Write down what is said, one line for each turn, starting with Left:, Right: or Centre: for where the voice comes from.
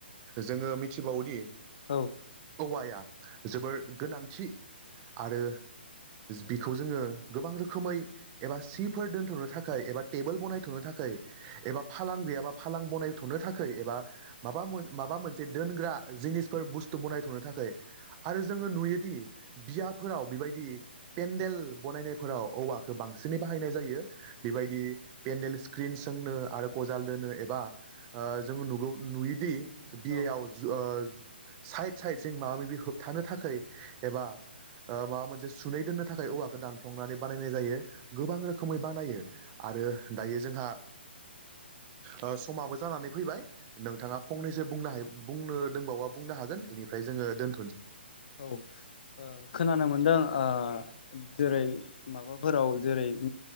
Right: जोङो मिथिबावोदि
Left: औ
Right: औवाया जोबोर गोनांथि आरो बिखौ जोङो गोबां रोखोमै एबा सिफोर दोनथ'नो थाख खाय एबा टेबोल बनायथ'नो थाखाय एबा फालां गैयाबा फालां बनायथ'नो थाख खै एबा माबा मुन माबा मोनसे दोनग्रा जिनिसफोर बुस्थु बनायथ'नो थाखै आरो जोङो नुयोदि बियाफोराव बेबायदि पेन्देल बनायनाय फोराव औवाखौ बांसिनै बाहायनाय जायो। बेबायदि पेन्डेल स्क्रिन सोंनो आरो गजाल दोनो एबा ओ जोंङो नुगौ नुयोदि
Left: औ
Right: बियायाव
Left: औ
Right: ज ओ साइड साइडजों माबा माबि होबथानो थाखै एबा ओ माबा मोनसे सुनै दोननो थाखाय औवाखौ दानफ्लंनानै बानायनाय जायो। गोबां रोखोमै बानायो आरो दायो जोंहा ओ समाबो जानानै फैबाय नोंथाङा फंनैसो बुंनोहाय बुंनो दोंबावबा बुंनो हागोन इनिफ्राय जोङो दोन
Left: औ ओ खोनानो मोनदों ओ जेरै माबाफोराव जेरै